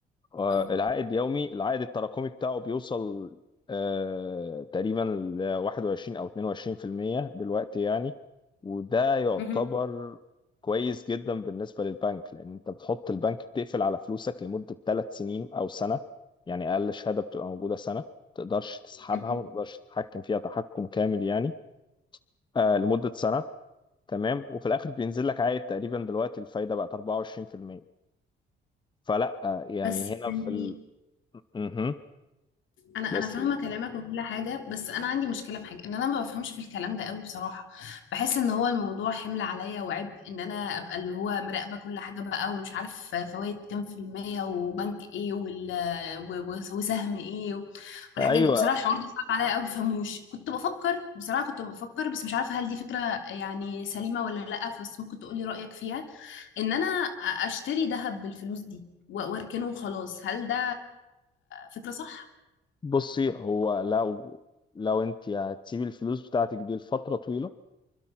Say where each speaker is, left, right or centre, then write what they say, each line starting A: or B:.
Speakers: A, on the left; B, on the left.
A: آه،
B: اه
A: العائد يومي العائد التراكمي بتاعه بيوصل آه، تقريبا ل 21 او 22% دلوقتي يعني وده يعتبر
B: مهم.
A: كويس جدا بالنسبة للبنك لان انت بتحط البنك بتقفل على فلوسك لمدة ثلاث سنين او سنة يعني اقل شهادة بتبقى موجودة سنة ما تقدرش تسحبها
B: مهم.
A: ما تقدرش تتحكم فيها تحكم كامل يعني آه، لمدة سنة تمام وفي الاخر بينزل لك عائد تقريبا دلوقتي الفايدة بقت 24% فلا آه، يعني
B: بس
A: هنا
B: يعني
A: في ال... مهم.
B: انا
A: بس
B: انا فاهمه كلامك وكل حاجه بس انا عندي مشكله في حاجه ان انا ما بفهمش في الكلام ده قوي بصراحه بحس ان هو الموضوع حمل عليا وعبء ان انا ابقى اللي هو مراقبه كل حاجه بقى ومش عارف فوائد كام في الميه وبنك ايه وال و- و- وسهم ايه و- والحاجات
A: ايوه
B: دي بصراحه الحوار ده صعب عليا قوي ما بفهموش كنت بفكر بصراحه كنت بفكر بس مش عارفه هل دي فكره يعني سليمه ولا لا بس ممكن تقولي رايك فيها ان انا اشتري ذهب بالفلوس دي و- واركنه وخلاص هل ده فكره صح؟
A: بصي هو لو لو انت هتسيبي الفلوس بتاعتك دي لفتره طويله